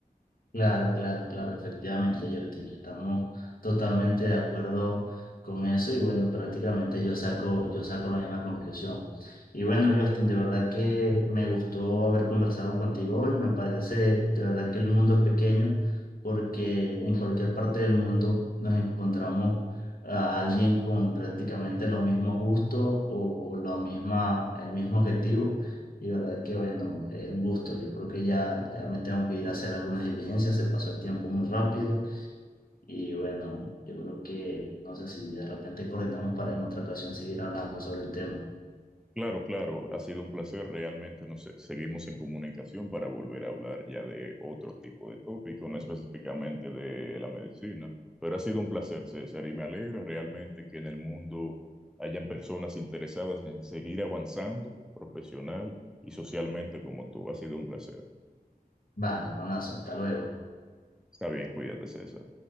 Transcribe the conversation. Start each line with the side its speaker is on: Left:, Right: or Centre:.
Left: Claro, claro, claro, efectivamente, Justin, estamos totalmente de acuerdo con eso y bueno, prácticamente yo saco, yo saco la misma conclusión. Y bueno, Justin, de verdad que me gustó haber conversado contigo hoy, me parece de verdad que el mundo es pequeño porque en cualquier parte del mundo nos encontramos a alguien con prácticamente los mismos gustos o, o la misma, el mismo objetivo. Y verdad que bueno, eh, un gusto. Yo creo que ya, ya me tengo que ir a hacer algunas diligencias, se pasó el tiempo muy rápido y bueno, yo creo que no sé si de repente coordinamos para en otra ocasión seguir hablando sobre el tema.
Centre: Claro, claro, ha sido un placer. Realmente nos seguimos en comunicación para volver a hablar ya de otro tipo de tópico, no específicamente de la medicina, pero ha sido un placer, César, y me alegra realmente que en el mundo hayan personas interesadas en seguir avanzando profesional y socialmente como tú. Ha sido un placer.
Left: Vale, manazo, hasta luego.
Centre: Está bien, cuídate, César.